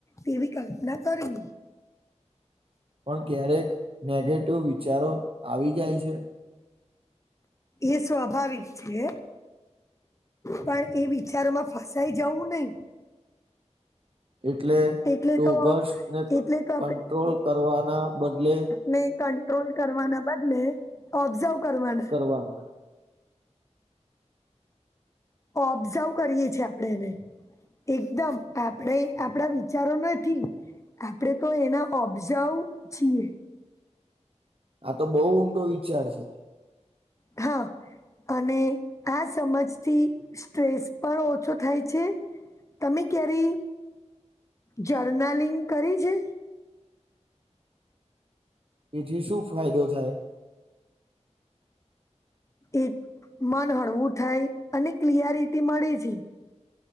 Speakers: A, on the left; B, on the right.
A: તેવી કલ્પના કરવી.
B: પણ ક્યારેક નેગેટિવ વિચારો આવી જાય છે.
A: એ સ્વાભાવિક છે. પણ એ વિચારમાં ફસાઈ જવું નહી
B: એટલે
A: એટલે
B: ટોગસને
A: તો એટલે તો
B: કંટ્રોલ કરવાના બદલે.
A: મેં કંટ્રોલ કરવાના બદલે ઓબ્ઝર્વ કરવાના.
B: વાના.
A: ઓબ્ઝર્વ કરીએ છીએ આપડે એને. એકદમ આપણે આપણા વિચારો નથી. આપણેે તો એના ઓબ્ઝઉ છીએ.
B: આ તો બહુ ઊંડો વિચાર છે.
A: હા. અને આ સમજથી સ્ટ્રેસ પણ ઓછો થાય છે. તમે ક્યારે જર્નલિંગ કરી છે?
B: તેથી શું ફાયદો થાય.
A: એ મન હળવું થાય અને ક્લયારિટી મળે છે.